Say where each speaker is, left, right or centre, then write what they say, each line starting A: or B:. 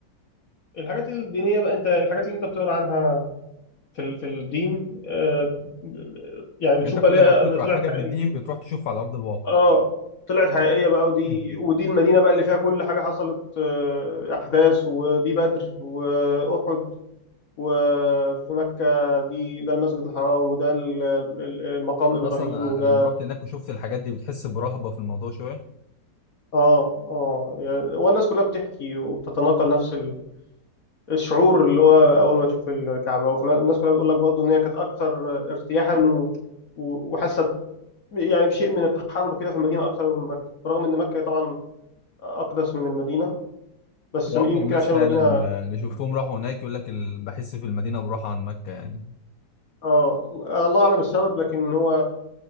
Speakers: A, on the left (about 55°); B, on the left (about 70°).
A: الحاجات الدينية بقى انت الحاجات اللي انت بتقرا عنها في ال- في الدين آه، ب- يعني بتشوف
B: يعني انت
A: بقى
B: كل
A: ليه
B: ما بتقرا
A: طلعت
B: حاجه في
A: حقيقية
B: الدين بتروح تشوفها على ارض الواقع
A: اه طلعت حقيقية بقى ودي
B: مم.
A: ودي المدينة بقى اللي فيها كل حاجة حصلت آه، أحداث ودي بدر وأحد وفي مكة دي ده المسجد الحرام وده ال- ال- ال- مقام إبراهيم
B: اصلا
A: وده
B: أنا لما رحت هناك وشفت الحاجات دي بتحس برهبه في الموضوع شويه
A: آه آه يعني والناس كلها بتحكي وبتتناقل نفس ال- الشعور اللي هو أول ما تشوف الكعبة والناس كلها بتقول لك برضه إن هي كانت أكثر ارتياحا و- و- وحاسة ب- يعني بشيء من التحرر كده في المدينة أكثر من مكة برغم إن مكة طبعا أقدس من المدينة بس
B: واكتر
A: يمكن
B: ناس
A: عشان
B: فعلا
A: المدينة
B: آه، اللي شفتهم راحوا هناك يقول لك ال- بحس في المدينه براحه عن مكه يعني
A: آه الله أعلم السبب لكن هو